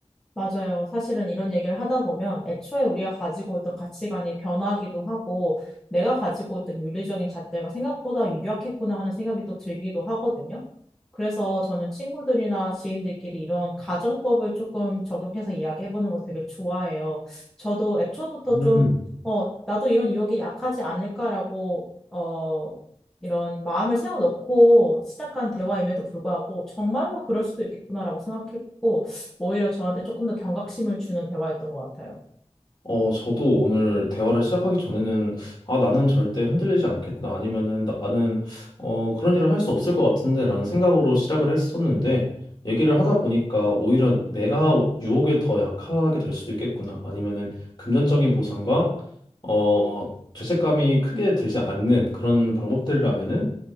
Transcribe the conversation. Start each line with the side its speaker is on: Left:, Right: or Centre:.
Centre: 맞아요. 사실은 이런 얘기를 하다 보면 애초에 우리가 가지고 있던 가치관이 변하기도 하고 내가 가지고 있던 윤리적인 잣대가 생각보다 유약했구나 하는 생각이 또 들기도 하거든요. 그래서 저는 친구들이나 지인들끼리 이런 가정법을 조금 적용해서 이야기해보는 걸 되게 좋아해요. 저도 애초부터
Left: 음.
Centre: 좀, 어, 나도 이런 유혹이 약하지 않을까라고, 어, 이런 마음을 세워놓고 시작한 대화임에도 불구하고 정말로 그럴 수도 있겠구나라고 생각했고, 오히려 저한테 조금 더 경각심을 주는 대화였던 것 같아요.
Left: 어, 저도 오늘 대화를 시작하기 전에는, 아, 나는 절대 흔들리지 않겠다. 아니면은 나는, 어, 그런 일은 할 수 없을 것 같은데. 라는 생각으로 시작을 했었는데, 얘기를 하다 보니까 오히려 내가 유혹에 더 약하게 될 수도 있겠구나. 아니면은 금전적인 보상과, 어, 죄책감이 크게 들지 않는 그런 방법들이라면은